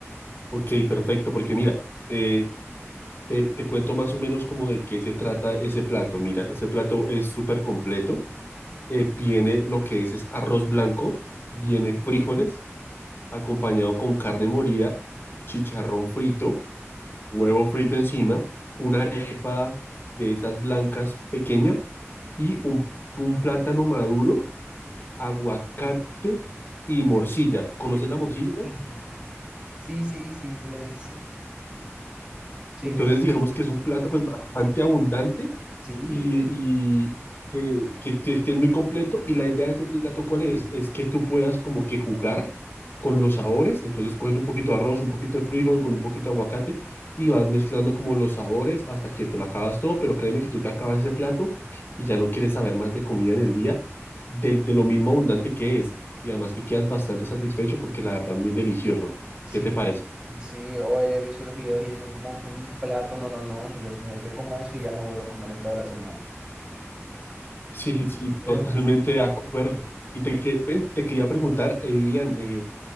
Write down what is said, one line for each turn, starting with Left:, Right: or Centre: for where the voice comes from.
Left: Ok, perfecto, porque mira, eh, te, te cuento más o menos como de qué se trata ese plato. Mira, ese plato es súper completo, eh, viene lo que es, es arroz blanco, viene frijoles acompañado con carne molida, chicharrón frito, huevo frito encima, una arepa de esas blancas pequeña y un, un plátano maduro, aguacate y morcilla. ¿Conoces
Right: Dios
Left: la morcilla?
Right: mío. Sí, sí, sí, sí, le he visto. Sí,
Left: Entonces,
Right: sí,
Left: digamos que es un plato pues bastante abundante
Right: sí,
Left: y, y que, que- que- que es muy completo. Y la idea de ese plato, ¿cuál es? Es que tú puedas como que jugar con los sabores. Entonces, coges un poquito de arroz, un poquito de frijol, con un poquito de aguacate y vas mezclando como los sabores hasta que te lo acabas todo. Pero créeme que tú te acabas ese plato y ya no quieres saber más de comida en el día, de, de lo mismo abundante que es. Y además que quedas bastante satisfecho porque la verdad es muy delicioso.
Right: sí,
Left: ¿Qué te parece?
Right: sí, hoy he visto los videos y son como un plato, no, no, no, Dios mío, yo como eso y ya no vuelvo a comer en toda la semana.
Left: Sí, sí,
Right: Es
Left: totalmente
Right: demasiado.
Left: de acuerdo. Y te, que- ven, te quería preguntar, eh, Ian, eh,